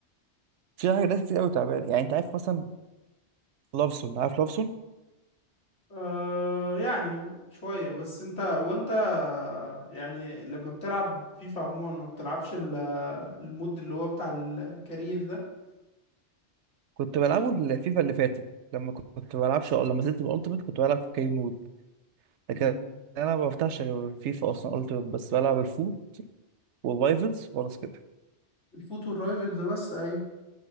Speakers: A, on the right; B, on the left.
A: في حاجه ناس كتير قوي تعبان يعني انت عارف مثلا لافسون عارف لافسون
B: آه يعني شوية بس انت وانت يعني لما بتلعب فيفا عموما ما بتلعبش ال- المود اللي هو بتاع الكارير ده
A: كنت بلعبه الفيفا اللي فاتت لما كنت بلعبش أو لما زلت بالالتيميت كنت بلعب كيم مود لكن
B: امم
A: انا ما بفتحش غير فيفا اصلا التيميت بس بلعب الفول وفايفلز خلاص كده
B: الفوتو الرايفلز بس ايوه